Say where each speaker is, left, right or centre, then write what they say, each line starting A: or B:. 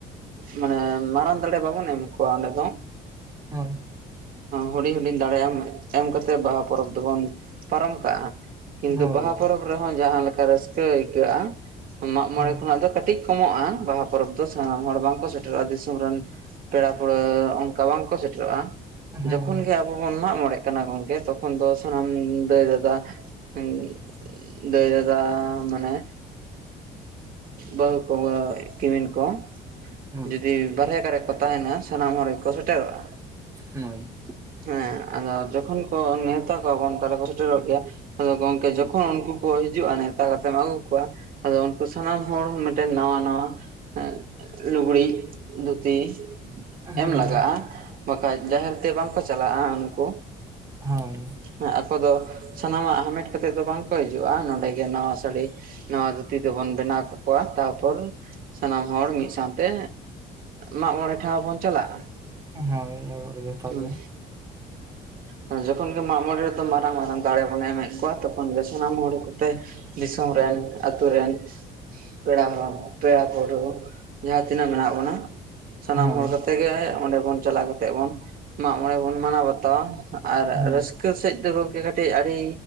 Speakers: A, on the right (about 55°); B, on the right (about 20°).
A: ᱢᱟᱱᱮ ᱢᱟᱨᱟᱝ ᱫᱟᱲᱮ ᱵᱟᱵᱚᱱ ᱮᱢ ᱠᱚᱣᱟ ᱚᱸᱰᱮ ᱫᱚ,
B: ᱦᱳᱭ
A: ᱦᱩᱰᱤᱧ ᱦᱩᱰᱤᱧ ᱫᱟᱲᱮᱭᱟᱱ ᱮᱢ ᱠᱟᱛᱮ ᱵᱟᱦᱟ ᱯᱚᱨᱚᱵᱽ ᱫᱚᱵᱚᱱ ᱯᱟᱨᱚᱢ ᱠᱟᱜ-ᱟ᱾ ᱠᱤᱱᱛᱩ
B: ᱦᱳᱭ
A: ᱵᱟᱦᱟ ᱯᱚᱨᱚᱵᱽ ᱨᱮᱦᱚᱸ ᱡᱟᱦᱟᱸ ᱞᱮᱠᱟ ᱨᱟᱹᱥᱠᱟᱹ ᱟᱹᱭᱠᱟᱹᱜ-ᱟ ᱢᱟᱜ ᱢᱚᱬᱮ
B: ᱦᱳᱭ
A: ᱠᱷᱚᱱᱟᱜ ᱫᱚ ᱠᱟᱹᱴᱤᱡ ᱠᱚᱢᱚᱜ-ᱟ ᱵᱟᱦᱟ ᱯᱚᱨᱚᱵᱽ ᱫᱚ ᱥᱟᱱᱟᱢ ᱦᱚᱲ ᱵᱟᱝ ᱠᱚ ᱥᱮᱴᱮᱨᱚᱜ-ᱟ ᱫᱤᱥᱚᱢ ᱨᱮᱱ ᱯᱮᱲᱟ ᱯᱟᱹᱲᱦᱟᱹ ᱚᱱᱠᱟ ᱵᱟᱝᱠᱚ ᱥᱮᱴᱮᱨᱚᱜ-ᱟ
B: ᱦᱳᱭ
A: ᱡᱚᱠᱷᱚᱱ ᱜᱮ ᱟ ᱵᱚᱱ ᱢᱟᱜ ᱢᱚᱬᱮᱜ ᱠᱟᱱᱟ ᱜᱚᱝᱠᱮ ᱛᱚᱠᱷᱚᱱ ᱫᱚ ᱥᱟᱱᱟᱢ ᱫᱟᱹᱭ ᱫᱟᱫᱟ ᱦᱩᱸ ᱫᱟᱹᱭ ᱫᱟ ᱫᱟ ᱢᱟᱱᱮ, ᱵᱟᱹᱦᱩ ᱠᱚ ᱵᱟ ᱠᱤᱢᱤᱱ ᱠᱚ,
B: ᱦᱳᱭ
A: ᱡᱩᱫᱤ ᱵᱟᱨᱦᱮ ᱠᱟᱨᱮ ᱠᱚ ᱛᱟᱦᱮᱱᱟ ᱥᱟᱱᱟᱢ ᱦᱚᱲ ᱜᱮᱠᱚ ᱥᱮᱴᱮᱨᱚᱜ-ᱟ᱾
B: ᱦᱳᱭ
A: ᱦᱮᱸ ᱟᱫᱚ ᱡᱚᱠᱷᱚᱱ ᱠᱚ ᱱᱮᱣᱛᱟ ᱠᱚᱣᱟ ᱵᱚᱱ ᱛᱟᱦᱞᱮ ᱠᱚ ᱥᱮᱴᱮᱨᱚᱜ ᱜᱮᱭᱟ ᱟᱫᱚ ᱜᱚᱝᱠᱮ
B: ᱦᱳᱭ
A: ᱡᱚᱠᱷᱚᱱ ᱩᱱᱠᱩ ᱠᱚ ᱦᱤᱡᱩᱜ-ᱟ ᱱᱮᱣᱛᱟ ᱠᱟᱛᱮᱢ ᱟᱹᱜᱩ ᱠᱚᱣᱟ ᱟᱫᱚ ᱩᱱᱠᱩ ᱥᱟᱱᱟᱢ ᱦᱚᱲ ᱢᱮᱴᱮᱱ ᱱᱟᱣᱟ ᱱᱟᱶᱟ ᱦᱮᱸ ᱞᱩᱜᱽᱲᱤᱡ ᱫᱷᱩᱛᱤ
B: ᱦᱳᱭ
A: ᱮᱢ ᱞᱟᱜᱟ-ᱟ ᱵᱟᱠᱷᱟᱡ ᱡᱟᱦᱮᱨ ᱛᱮ ᱵᱟᱝᱠᱚ ᱪᱟᱞᱟᱜ-ᱟ ᱩᱱᱠᱩ,
B: ᱦᱳᱭ
A: ᱦᱮᱸ ᱟᱠᱚ ᱫᱚ ᱥᱟᱱᱟᱢᱟᱜ ᱦᱟᱢᱮᱴ ᱠᱟᱛᱮᱜ ᱫᱚ ᱵᱟᱝᱠᱚ ᱦᱤᱡᱩᱜ-ᱟ ᱱᱚᱸᱰᱮ ᱜᱮ ᱱᱟᱣᱟ ᱥᱟᱹᱲᱤ ᱱᱟᱣᱟ ᱫᱷᱩᱛᱤ ᱛᱮᱵᱚᱱ ᱵᱮᱱᱟᱣ ᱠᱟᱠᱚᱣᱟ ᱛᱟᱯᱚᱨ ᱥᱟᱱᱟᱢ ᱦᱚᱲ ᱢᱤᱫ ᱥᱟᱶᱛᱮ ᱢᱟᱜ ᱢᱚᱬᱮ ᱴᱷᱟᱶ ᱵᱚᱱ ᱪᱟᱞᱟᱜ-ᱟ᱾
B: ᱦᱳᱭ ᱮᱠᱵᱟᱨᱮ ᱡᱚᱛᱷᱟᱛ
A: ᱦᱩᱸ
B: ᱜᱮ
A: ᱦᱮᱸ ᱡᱚᱠᱷᱚᱱ ᱜᱮ ᱢᱟᱜ ᱢᱚᱬᱮ ᱨᱮᱫᱚ ᱢᱟᱨᱟᱝ ᱢᱟᱨᱟᱝ ᱫᱟᱲᱮ ᱵᱚᱱ ᱮᱢᱮᱫ ᱠᱚᱣᱟ ᱛᱚᱠᱷᱚᱱ ᱜᱮ ᱥᱟᱱᱟᱢ ᱦᱚᱲᱠᱚ ᱴᱮ ᱫᱤᱥᱚᱢ ᱨᱮᱱ ᱟᱛᱩ ᱨᱮᱱ ᱯᱮᱲᱟ ᱦᱚᱲ ᱯᱮᱲᱟ ᱯᱟᱹᱨᱣᱟᱹ ᱡᱟᱦᱟᱸ ᱛᱤᱱᱟᱹᱜ ᱢᱮᱱᱟᱜ ᱵᱚᱱᱟ ᱥᱟᱱᱟᱢ
B: ᱦᱳᱭ
A: ᱦᱚᱲ ᱠᱟᱛᱮ ᱜᱮ ᱚᱸᱰᱮ ᱵᱚᱱ ᱪᱟᱞᱟᱣ ᱠᱟᱛᱮᱜ ᱵᱚᱱ ᱢᱟᱜ ᱢᱚᱬᱮ ᱵᱚᱱ ᱢᱟᱱᱟᱣ ᱵᱟᱛᱟᱣᱟ, ᱟᱨ
B: ᱦᱮᱸ
A: ᱨᱟᱹᱥᱠᱟᱹ ᱥᱮᱡ ᱫᱚ ᱜᱚᱝᱠᱮ ᱴᱤᱜ ᱟᱹᱰᱤ